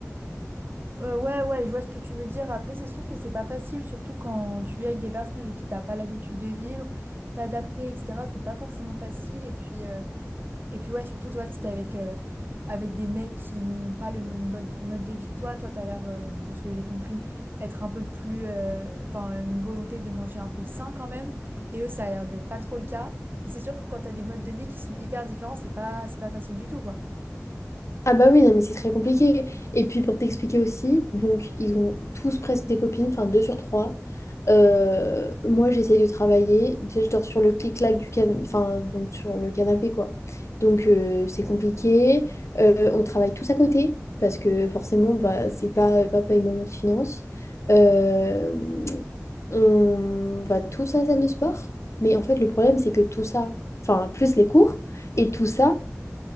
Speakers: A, on the right; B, on the left.
A: Euh, ouais, ouais, je vois ce que tu veux dire. Après, c'est sûr que c'est pas facile, surtout quand tu vis avec des personnes avec qui t'as pas l'habitude de vivre, t'adapter, etc. C'est pas forcément facile. Et puis, euh, et puis ouais, surtout toi, si t'es avec, euh, avec des mecs qui n'ont pas le même mode, mode de vie que toi, toi, t'as l'air, euh, de ce que j'ai compris, être un peu plus, euh, enfin, une volonté de manger un peu sain quand même. Et eux, ça a l'air d'être pas trop le cas. Et c'est sûr que quand t'as des modes de vie qui sont hyper différents, c'est pas, c'est pas facile du tout, quoi.
B: Ah bah oui, non, mais c'est très compliqué. Et puis pour t'expliquer aussi, donc ils ont tous presque des copines, enfin deux sur trois. Euh, moi j'essaye de travailler. Déjà je dors sur le clic-clac du can... enfin, donc sur le canapé quoi. Donc euh, c'est compliqué. Euh, on travaille tous à côté parce que forcément bah, c'est pas euh, papa et maman qui financent. Euh, on va tous à la salle de sport. Mais en fait le problème c'est que tout ça, enfin plus les cours et tout ça.